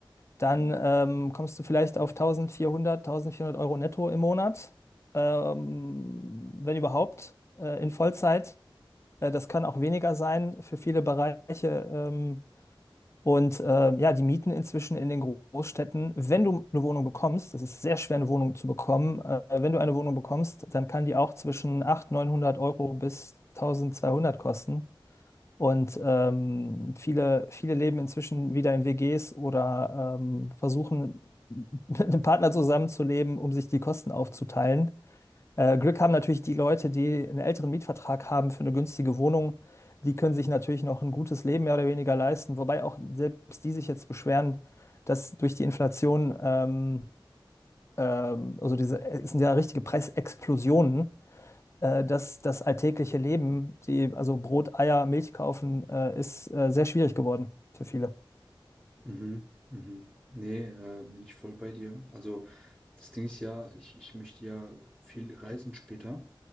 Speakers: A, on the left; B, on the right.
A: dann ähm, kommst du vielleicht auf 1400, 1400 Euro netto im Monat, ähm, wenn überhaupt, äh, in Vollzeit. Äh, das kann auch weniger sein für viele Bereiche. Ähm, und ähm, ja, die Mieten inzwischen in den Großstädten, wenn du eine Wohnung bekommst, das ist sehr schwer, eine Wohnung zu bekommen, äh, wenn du eine Wohnung bekommst, dann kann die auch zwischen 800, 900 Euro bis 1200 kosten. Und ähm, viele, viele leben inzwischen wieder in WGs oder ähm, versuchen, <laughs> mit einem Partner zusammenzuleben, um sich die Kosten aufzuteilen. Äh, Glück haben natürlich die Leute, die einen älteren Mietvertrag haben für eine günstige Wohnung. Die können sich natürlich noch ein gutes Leben mehr oder weniger leisten, wobei auch selbst die sich jetzt beschweren, dass durch die Inflation, ähm, ähm, also diese, es sind ja richtige Preisexplosionen äh, das, das alltägliche Leben, die, also Brot, Eier, Milch kaufen, äh, ist äh, sehr schwierig geworden für viele.
B: Mhm, mhm. Nee, äh, bin ich voll bei dir. Also, das Ding ist ja, ich, ich möchte ja viel reisen später.